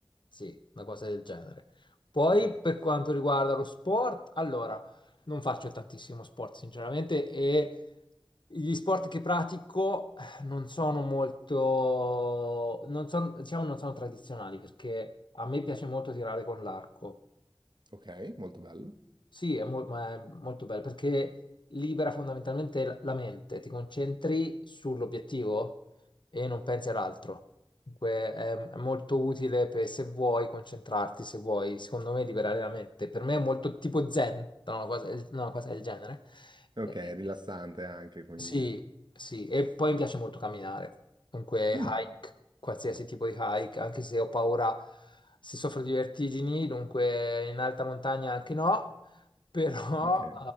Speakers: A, on the left; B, on the right.
A: sì, una cosa del genere. Poi
B: Eh,
A: per quanto riguarda lo sport, allora, non faccio tantissimo sport sinceramente e gli sport che pratico eh, non sono molto, non sono, diciamo, non sono tradizionali perché a me piace molto tirare con l'arco.
B: Ok, molto bello.
A: Sì, è, mo- ma è molto bello perché libera fondamentalmente la la mente, ti concentri sull'obiettivo e non pensi all'altro. Dunque è, è molto utile per se vuoi concentrarti, se vuoi, secondo me, liberare la mente. Per me è molto tipo zen, no, una cosa, no, una cosa del genere.
B: Ok,
A: Eh,
B: è rilassante
A: eh,
B: anche, quindi.
A: sì, sì, e poi mi piace molto camminare. Dunque
B: Mm,
A: hike, qualsiasi tipo di hike, anche se ho paura, se soffro di vertigini, dunque in alta montagna anche no però,
B: ok.